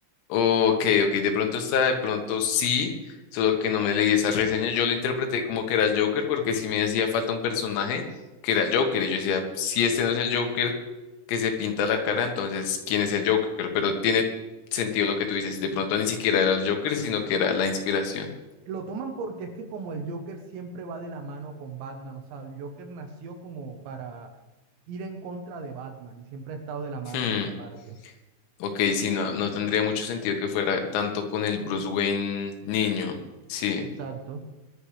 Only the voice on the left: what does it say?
Ok, ok, de pronto está, de pronto sí, solo que no me leí esas reseñas. Yo lo interpreté como que era el Joker porque sí me hacía falta un personaje que era el Joker. Y yo decía, si este no es el Joker que se pinta la cara, entonces, ¿quién es el Joker? Pero tiene sentido lo que tú dices. De pronto ni siquiera era el Joker, sino que era la inspiración.
Hmm,
ok, sí, no, no tendría mucho sentido que fuera tanto con el Bruce Wayne niño. Sí.